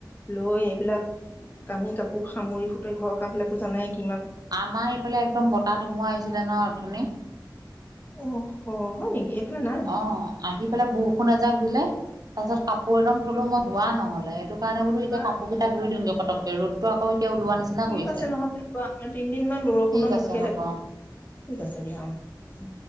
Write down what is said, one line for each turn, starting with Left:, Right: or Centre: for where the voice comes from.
Left: লৈ এইবিলাক কানি কাপোৰ সামুৰি সুতৰি ঘৰৰ কাম বিলাকটো জানাই কি
Right: আমাৰ এইফালে একদম বতাহ-ধুমুহা আহিছিলে নহয় অথনি।
Left: অ হ হয় নেকি? এইফালে নাই
Right: অ আহি পেলাই বৰষুণ এজাক দিলে। তাৰপিছত কাপোৰ একদম ধুলো, মই ধোৱা নহ'লে সেইটো কাৰণে বোলো
Left: আমাৰ
Right: এতিয়া কাপোৰ কেইটা ধুই দিওঁগে পটককে। ৰ'দটো আকৌ এতিয়া ওলোৱা নিচিনা
Left: ঠিক
Right: কৰিছে
Left: আছে নহলে আমাৰ তিনদিন মান বৰষুণৰ
Right: ঠিক
Left: মুখে
Right: আছে হ'ব
Left: দেখা নাই।
Right: অ
Left: ঠিক আছে দিয়া, অ।